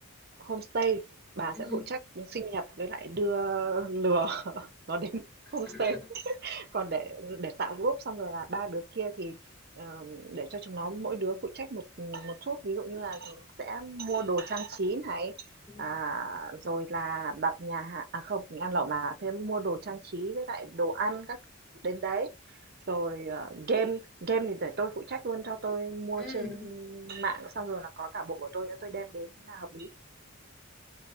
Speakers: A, on the right; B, in the centre.
A: homestay, bà
B: ừm.
A: sẽ phụ trách sinh nhật với lại đưa lừa <laughs> nó đến homestay.
B: <laughs>
A: Còn để để tạo group xong rồi là ba đứa kia thì, ờ, để cho chúng nó mỗi đứa phụ trách một một chút, ví dụ như là sẽ mua đồ trang trí này,
B: Ừm,
A: à, rồi là đặt nhà hàng à, không, mình ăn lẩu mà, thêm mua đồ trang trí với lại đồ ăn các thứ đến đấy. Rồi, ờ, game game thì để tôi phụ trách luôn, cho tôi mua
B: ừm,
A: trên mạng xong rồi là có cả bộ của tôi nữa tôi đem đến thế là hợp lý.